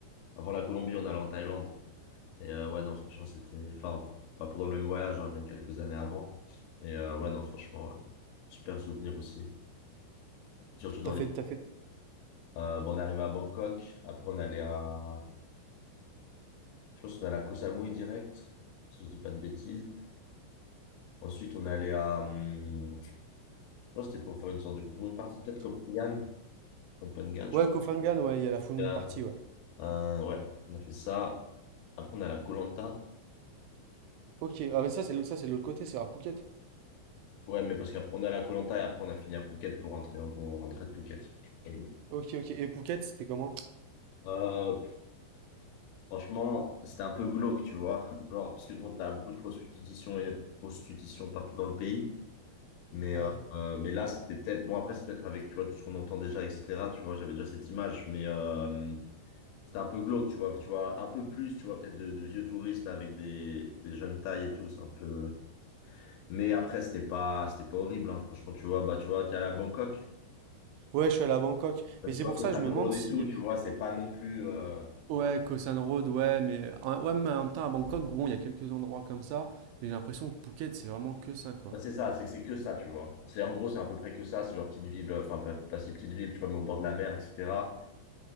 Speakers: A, on the left (about 80°); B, on the right (about 80°).
A: Avant la Colombie, on allait en Thaïlande. Et euh, ouais, non, franchement, c'était. Enfin, pas pendant le même voyage, hein, mais quelques années avant. Et euh, ouais, non, franchement, euh, super souvenir aussi. Surtout dans
B: T'as
A: les.
B: fait, t'as fait.
A: Euh, bah, on est arrivé à Bangkok. Après, on allait à. Je pense qu'on allait à Koh Samui direct, si je dis pas de bêtises. Ensuite, on allait à. hum, Je pense que c'était pour faire une sorte de full moon party. Peut-être Copenhague. Copenhague,
B: Ouais,
A: je
B: Koh Phangan, ouais, il y a la Full
A: pense.
B: Moon Party, ouais.
A: Euh, ouais, on a fait ça. Après, on est à la koh Lanta.
B: Ok, ah mais ça c'est l'au- ça c'est de l'autre côté, c'est à Phuket.
A: Ouais, mais parce qu'après on est à la koh et après on a fini à Phuket pour rentrer. En gros, on rentrait de Phuket. Et,
B: Ok, ok. Et Phuket, c'était comment?
A: euh, franchement, c'était un peu glauque, tu vois. Genre, parce que bon, t'as beaucoup de prostitution et prostitution partout dans le pays. Mais,
B: Ouais.
A: euh, euh, mais là, c'était peut-être. Bon, après, c'est peut-être avec, tu vois, tout ce qu'on entend déjà, etc. Tu vois, j'avais déjà cette image. Mais euh, c'était un peu glauque, tu vois. Tu vois, un peu plus, tu vois, peut-être de, de vieux touristes là avec des, des jeunes tailles et tout. C'est un peu. Mais après, c'était pas, c'était pas horrible, hein, franchement, tu vois. Bah, tu vois, t'es allé à Bangkok.
B: Ouais, je suis allé à Bangkok.
A: Enfin,
B: Mais
A: tu
B: c'est
A: vois,
B: pour
A: que
B: ça
A: ça
B: que je
A: me
B: me demande
A: rôde
B: si
A: et tout, tu vois, c'est pas non plus. euh,
B: Ouais, Koh San Road, ouais, mais en, ouais, mais en même temps, à Bangkok, bon, il y a quelques endroits comme ça, mais j'ai l'impression que Phuket, c'est vraiment que ça, quoi.
A: bah, c'est ça, c'est c'est que ça, tu vois. C'est en gros, c'est à peu près que ça, c'est genre petite ville, euh, enfin pas, pas si petite ville, tu vois, mais au bord de la mer, etc.